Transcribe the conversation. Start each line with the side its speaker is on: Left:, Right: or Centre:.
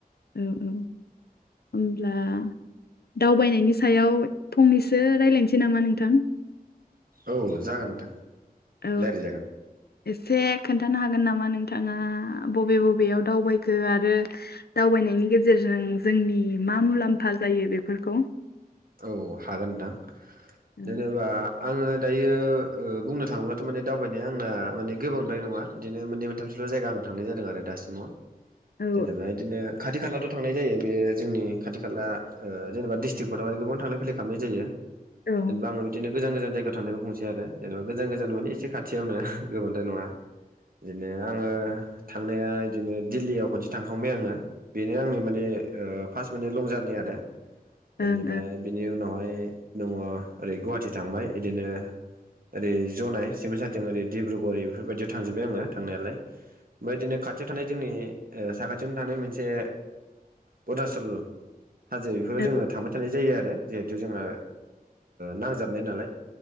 Left: औ औ होनब्ला दावबायनायनि सायाव फंनैसो रायज्लायनोसै नामा नोंथां
Right: औ जागोन नोंथां
Left: औ
Right: रायज्लायजागोन
Left: एसे खोन्थानो हागोन नामा नोंथाङा बबे बबेयाव दावबायखो आरो दावबायनायनि गेजेरजों जोंनि मा मुलाम्फा जायो बेफोरखौ
Right: औ हागोन नोंथां
Left: औ
Right: जेनेबा आङो दायो बुंनो थाङोब्लाथ' माने दावबायनाया आंना माने गोबांद्राय नङा बिदिनो मोननै मोनथामसल' जायगा आं थांनाय जादों आरो दासिमाव
Left: औ
Right: जेनेबा बिदिनो खाथि खालाथ' थांनाय जायो बे जोंनि खाथि खाला जेनेबा डिस्ट्रिक् बेवहाय गोबांलाय फैलाय खालामनाय जायो
Left: ओं
Right: जेनेबा आं बिदिनो गोजान गोजान जायगायाव थानायनायखौ बुंसै आरो जेनेबा गोजान गोजान माने एसे खाथियावनो गोबांथ नङा बिदिनो आङो थांनाया बिदिनो दिल्लीयाव खनसे थांखांबाय आङो बेनो आंनि माने फार्स्ट माने लं जार्नि आरो
Left: ओं
Right: बेनिफ्राय बिनि उनावहाय दङ ओरै गुवाहाटिी थांबाय बिदिनो ओरै जनाय सिमेट साराथिं ओरै डब्रुगरि बेफोरबायदियाव थांजोब्बाय आङो थांनायालाय ओमफ्रायदिनो खाथियाव थानाय जोंनि साखाथियावनो थानाय मोनसे खदा सल हाजो बेफोराव जोङो
Left: ओं
Right: थांबाय थानाय जायो आरो जिहेथु जोंहा नांजाबनाय नालाय